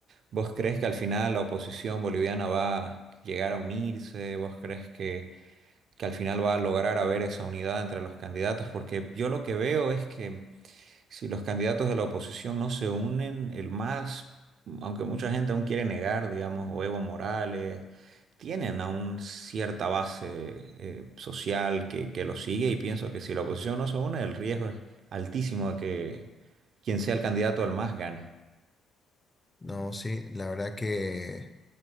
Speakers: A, on the right; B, on the left.
A: ¿Vos crees que al final la oposición boliviana va a llegar a unirse? ¿Vos crees que que al final va a lograr haber esa unidad entre los candidatos, porque yo lo que veo es que si los candidatos de la oposición no se unen, el más, aunque mucha gente aún quiere negar, digamos, o Evo Morales, tienen aún cierta base eh, social que, que los sigue y pienso que si la oposición no se une, el riesgo es altísimo de que quien sea el candidato al más gane.
B: No, sí, la verdad que